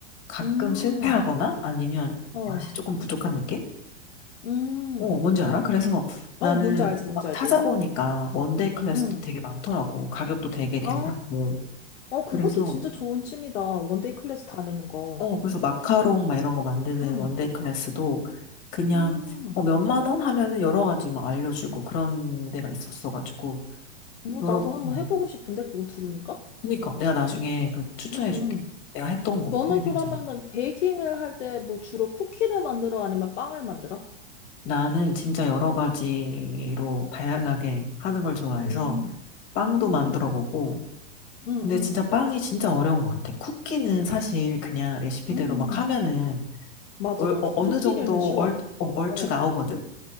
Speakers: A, on the left; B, on the left.
A: 가끔
B: 음,
A: 실패하거나 아니면
B: 어,
A: 맛이 조금 부족한 느낌?
B: 음.
A: 어, 뭔지 알아? 그래서 나는
B: 어, 뭔지 알지, 뭔지
A: 막
B: 알지.
A: 찾아보니까 원데이 클래스도
B: 응.
A: 되게 많더라고. 가격도 되게 괜찮고.
B: 아, 어, 그것도
A: 그래서,
B: 진짜 좋은 취미다. 원데이 클래스 다니는 거.
A: 어, 그래서 마카롱 막 이런 거 만드는
B: 응.
A: 원데이 클래스도 그냥
B: 음.
A: 어, 몇만 원 하면은 여러 가지 막 알려주고 그런 데가 있었어가지고.
B: 뭐
A: 여러,
B: 나도 한번
A: 음.
B: 해보고 싶은데 그거 들으니까?
A: 그러니까 내가 나중에 그 추천해줄게.
B: 응, 응.
A: 내가 했던 곳.
B: 너는
A: 되게 괜찮아.
B: 그러면은 베이킹을 할 때 뭐 주로 쿠키를 만들어 아니면 빵을 만들어?
A: 나는 진짜 여러 가지로 다양하게 하는 걸 좋아해서
B: 음,
A: 빵도
B: 음,
A: 만들어 보고,
B: 음,
A: 근데
B: 음,
A: 진짜 빵이 진짜 어려운 것 같아. 쿠키는 사실 그냥 레시피대로
B: 음.
A: 막
B: 음.
A: 하면은
B: 맞아,
A: 얼,
B: 맞아.
A: 어,
B: 쿠키류는
A: 느 정도
B: 쉬워.
A: 얼, 어, 얼추
B: 어,
A: 나오거든?